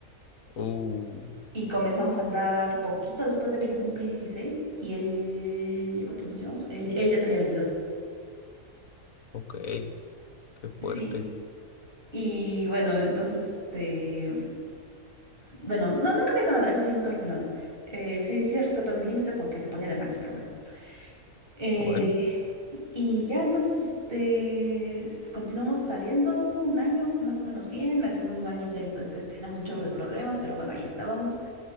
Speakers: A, on the left; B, on the right.
A: Uh,
B: Y comenzamos a andar poquito después de que yo cumplí 16 y él, ¿de ¿cuántos nos llevamos? Él, él ya tenía veintidós
A: ok, qué fuerte.
B: Sí. Y bueno, entonces este... Bueno, no, nunca me hizo nada, eso sí, nunca me hizo nada. Eh, sí, sí respetó mis límites, aunque se ponía de malas, pero bueno. Eh,
A: Bueno,
B: y ya entonces, este, s- continuamos saliendo un año más o menos bien. Al segundo año ya pues, es- teníamos un chorro de problemas, pero bueno, ahí estábamos.